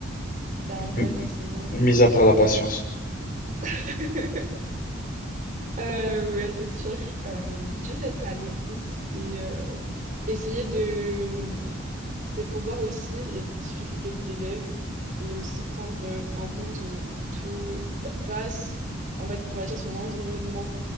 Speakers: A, on the right; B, on the left.
A: T'es un
B: M-
A: bon enseignant.
B: Mis à part la patience.
A: <laughs> Euh, ouais, c'est sûr. Euh, juste être à l'écoute et euh, essayer de... hum, C'est, faut voir aussi les difficultés de l'élève et aussi prendre euh, en compte euh, tout, pa- pas, s- on va, on va dire son environnement,